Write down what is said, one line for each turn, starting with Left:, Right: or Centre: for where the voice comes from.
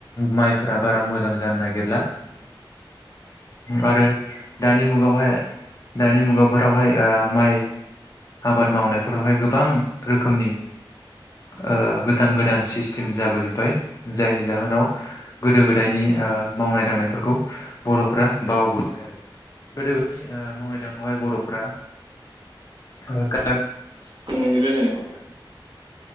Left: माइफोरा बारा मोजां जानो नागिरला आरो दानि मुगायावहाय दानि मुगाफोरावहाय ओ माइ आबाद मावनायफोरावहाय गोबां रोखोमनि ओ गोदान गोदान सिस्टेम जाबोजोब्बाय जायनि जाहोनाव गोदो गोदायनि मावनाय दांनायफोरखौ बर'फ्रा बावबोबाय आरो गोदोनि ओ मावनाय दांनायावहाय बर'फ्रा <unintelligible>
Right: <unintelligible> नोंनि रायलायनायखौ